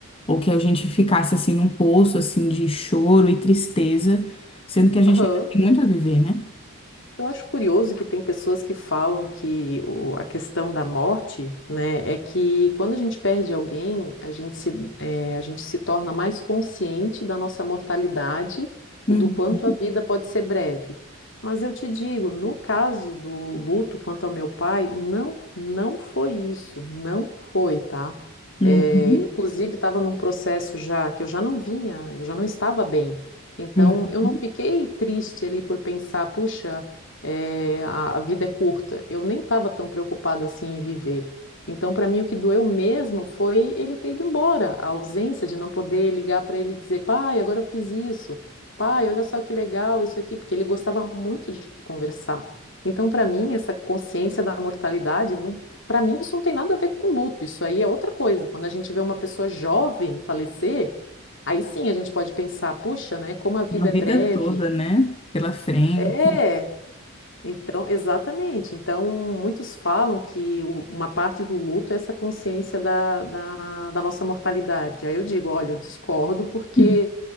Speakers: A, on the left (about 25°); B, on the left (about 55°).
A: ou que a gente ficasse assim num poço assim de choro e tristeza, sendo que a gente
B: Aham.
A: ainda tem muito a viver, né?
B: Eu acho curioso que tem pessoas que falam que o- a questão da morte, né, é que quando a gente perde alguém, a gente se, eh, a gente se torna mais consciente da nossa mortalidade, o
A: Uhum,
B: do quanto a vida pode ser breve. Mas eu te digo, no caso do luto quanto ao meu pai, não, não foi isso, não foi, tá?
A: uhum,
B: Eh, eu, inclusive, estava num processo já que eu já não vinha, eu já não estava bem. Então,
A: uhum.
B: eu não fiquei triste ali por pensar, puxa é, a, a vida é curta. Eu nem estava tão preocupada assim em viver. Então, para mim, o que doeu mesmo foi ele ter ido embora, a ausência de não poder ligar para ele e dizer, pai, agora eu fiz isso, pai, olha só que legal isso aqui, porque ele gostava muito de conversar. Então, para mim, essa consciência da mortalidade, não, para mim, isso não tem nada a ver com luto, isso aí é outra coisa. Quando a gente vê uma pessoa jovem falecer, aí sim a gente pode pensar, puxa, né, como a vida
A: A vida
B: é breve.
A: toda, né? Pela frente.
B: É, então, exatamente. Então, muitos falam que o- uma parte do luto é essa consciência da, da, da nossa mortalidade. Aí eu digo, olha, eu discordo porque
A: Uhum.